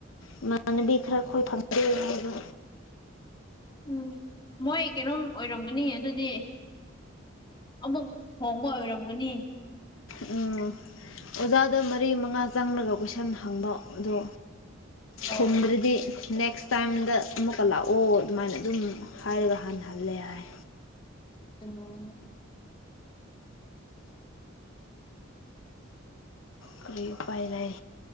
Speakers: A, on the left; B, on the left.
A: ꯏꯃꯥꯅꯕꯤ ꯈꯔ ꯈꯣꯏ ꯐꯪꯗꯦ ꯍꯥꯏꯕ
B: ꯎꯝ ꯃꯣꯏ ꯀꯩꯅꯣꯝ ꯑꯣꯏꯔꯝꯒꯅꯤ ꯑꯗꯨꯗꯤ ꯑꯃꯨꯛ ꯍꯣꯡꯕ ꯑꯣꯏꯔꯝꯒꯅꯤ
A: ꯎꯝ ꯑꯣꯖꯥꯗ ꯃꯔꯤ ꯃꯉꯥ ꯆꯪꯂꯒ ꯀꯣꯏꯁꯟ ꯍꯪꯕ ꯑꯗꯣ
B: ꯑꯣ
A: ꯁꯤꯟꯗ꯭ꯔꯗꯤ ꯅꯦꯛꯁ ꯇꯥꯏꯝꯗ ꯑꯃꯨꯛꯀ ꯂꯥꯛꯑꯣ ꯑꯗꯨꯃꯥꯏꯅ ꯑꯗꯨꯝ ꯍꯥꯏꯔꯒ ꯍꯟꯍꯜꯂꯦ ꯍꯥꯏ
B: <unintelligible>
A: ꯀꯔꯤ ꯎꯄꯥꯏ ꯂꯩ